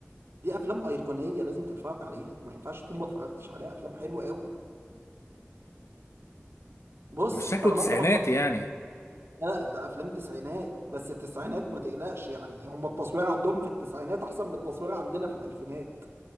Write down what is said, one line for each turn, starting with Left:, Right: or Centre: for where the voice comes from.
Right: دي افلام ايقونيه لازم تتفرج عليها ما ينفعش تكون ما اتفرجتش عليها افلام حلوه قوي بص
Left: مش شكله
Right: طالما
Left: تسعيناتي
Right: انت ما اتفرج-
Left: يعني
Right: لا لا، ده افلام تسعينات بس التسعينات ما تقلقش يعني هم التصوير عندهم في التسعينات احسن من التصوير عندنا في الالفينات